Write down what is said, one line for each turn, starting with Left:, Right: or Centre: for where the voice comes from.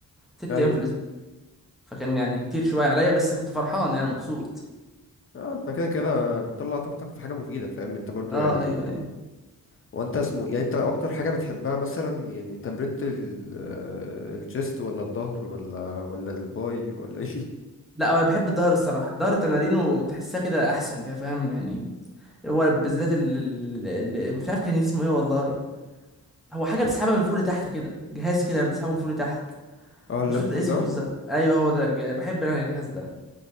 Centre: ست
Left: ايوه
Centre: ايام في الاسبوع فكان يعني كتير شوية عليا بس كنت فرحان يعني مبسوط
Left: اه انت كده كده بتطلع طاقتك في حاجة مفيدة فاهم انت برضو
Centre: اه
Left: يعني
Centre: ايوه ايوه
Left: وانت اسمه يعني انت اكتر حاجة بتحبها مثلا يعني تمرينة ال- اه، الشيست ولا الظهر ولا ولا الباي ولا ايه
Centre: لا هو بحب الظهر الصراحه الظهر تمارينه تحسها كده احسن كده فاهم يعني هو بالذات ال ال- ال- مش عارف كان اسمه ايه والله هو حاجه بتسحبها من فوق لتحت كده جهاز كده بتسحبه من فوق لتحت
Left: <laughs> اه اللات
Centre: مش فاكر
Left: بول
Centre: اسمه
Left: داون
Centre: بالظبط ايوه هو ده ج- بحب انا الجهاز ده